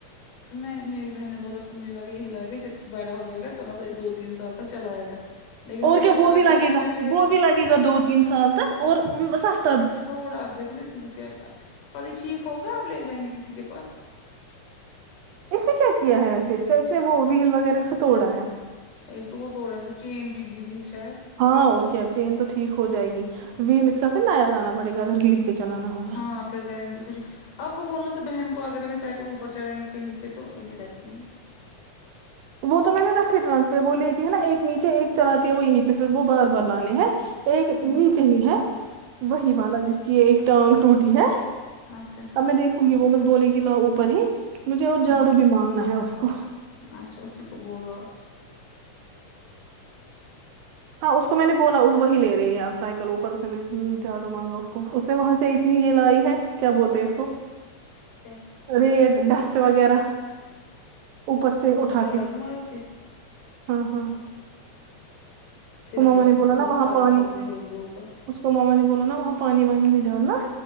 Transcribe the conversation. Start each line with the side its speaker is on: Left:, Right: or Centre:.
Left: نہیں میری بہن نے بولو اس مجھے لگا یہی لائے گا پھر بڑا ہو جائے گا تو مطلب دو تین سال تک چلائے گا لیکن
Right: اور کیا
Left: ویسا
Right: وہ بھی
Left: بچہ
Right: لگے
Left: ہونا
Right: گا
Left: چاہیے
Right: وہ بھی لگے گا دو تین سال تک اور س
Left: چھوڑا آپ دیکھو نا اس کیا پ ہی ٹھیک ہوگا آپ لے جائیں گے کسی کے پاس
Right: اس نے کیا کیا ہے ویسے اس کا اس نے وہ ویل وغیرہ اس کو توڑا ہے
Left: ایک تو وہا تھوڑا سہ چین بھی گری ہے شاید
Right: ہاں اور کیا چین تو ٹھیک ہو جائے گی ویل اس کا پھر نیا آنا پڑے گا اگر ویل پہ چلانا ہوگا
Left: ہاں پھر کریں گے س آپ کو بولنا تھا بہن کو اگر ہمیں سائیکل اوپر چڑائیں گے کہیں پہ تو وہی ریکھیں گے
Right: وہ تو میں نے رکھے ٹرنک پہ وہ لی تھے نا ایک نیچے ایک چلااتی ہے وہ یہیں پہ پھر وہ بار بار لانے ہے ایک نیچے
Left: ہمم
Right: ہی ہے وہی والا جس کی ایک ٹانگ ٹوٹی ہے
Left: اچھا
Right: اب میں دیکھوں گی وہ مت بولے گی لا اوپر ہی مجھے اور جاڑو
Left: ہمم
Right: بھی مانگنا ہے اس کو
Left: اچھا اس کو بولو آپ
Right: ہاں اس کو میں نے بولا وہی لے رہی ہے آپ سائیکل اوپر اس نے مجھے جاڑو مانگا اس کو اس نے وہاں سے اتنی یہ لائی ہے کیا بولتے ہیں اس کو
Left: کیا
Right: ریٹ ڈسٹ وغیرہ اوپر سے
Left: اچھا
Right: اٹھا
Left: جھاڑو
Right: کے
Left: مار کے
Right: ہاں ہاں
Left: پھر
Right: اس کو ماما
Left: بھی آپ
Right: نے بولا نا
Left: بہت
Right: وہاں
Left: فرق
Right: پانی
Left: ہو گئی ہوگی اوپر
Right: اس کو ماما نے بولا نا وہاں پانی وانی نہیں ڈالنا